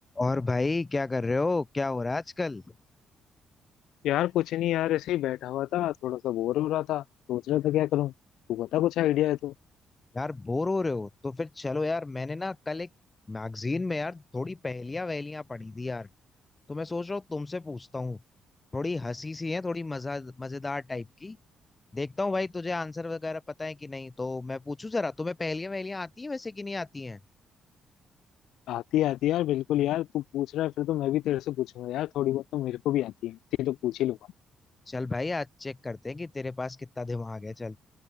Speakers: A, on the left (about 25°); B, on the left (about 85°).
A: और भाई क्या कर रहे हो क्या हो रहा है आजकल
B: यार कुछ नहीं यार ऐसे ही बैठा हुआ था थोड़ा सा बोर हो रहा था सोच रहा था क्या करूं तू बता कुछ आइडिया है तो
A: यार बोर हो रहे हो तो फिर चलो यार मैंने ना कल एक मैगजीन में यार थोड़ी पहेलियां वहेलियां पढ़ी थी यार तो मैं सोच रहा हूँ तुमसे पूछता हूँ थोड़ी हंसी सी है थोड़ी मजा मजेदार टाइप की देखता हूँ भाई तुझे आंसर वगैरह पता है कि नहीं तो मैं पूछूं जरा तुम्हें पहेलियां वहेलियां आती हैं वैसे कि नहीं आती हैं
B: आती आती यार बिल्कुल यार तू पूछ रहा है फिर तो मैं भी तेरे से पूछूंगा यार थोड़ी बहुत तो मेरे को भी आती है इतनी तो पूछ ही लूंगा
A: चल भाई आज चेक करते हैं कि तेरे पास कितना दिमाग है चल